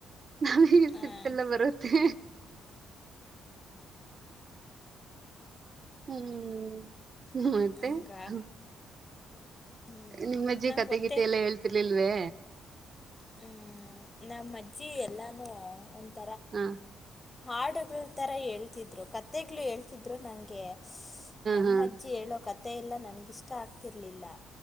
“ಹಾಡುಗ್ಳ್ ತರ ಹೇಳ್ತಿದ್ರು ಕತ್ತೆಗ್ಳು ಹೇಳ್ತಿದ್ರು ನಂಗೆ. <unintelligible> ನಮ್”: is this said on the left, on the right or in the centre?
Left